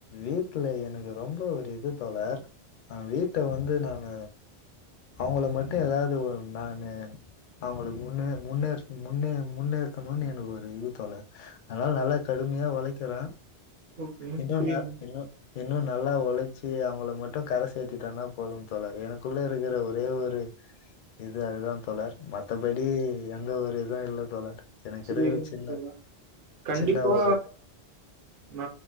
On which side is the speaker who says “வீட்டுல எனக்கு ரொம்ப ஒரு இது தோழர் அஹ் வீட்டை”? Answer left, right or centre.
Left